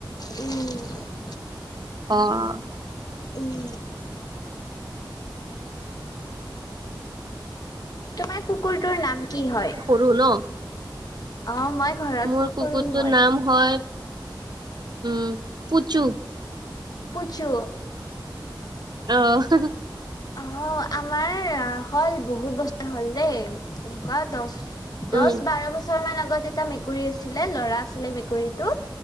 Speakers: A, on the left; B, on the right.
A: উম।
B: অ'।
A: উম। তোমাৰ কুকুৰটোৰ নাম কি হয়?
B: ব্ৰন।
A: অ' মই ঘৰত
B: মোৰ
A: সৰু
B: কুকুৰটোৰ
A: হয়।
B: নাম হয়, উম, পুচু।
A: পু্ুচু।
B: অ'।
A: অ' আমাৰ হল বহুত বছৰ হ'ল দেই, এনেকুৱা দহ দহ
B: উম
A: বাৰ বছৰ শৰ্মাৰ আগত এটা মেকুৰী আছিলে, ল'ৰা আছিলে মেকুৰীতটো,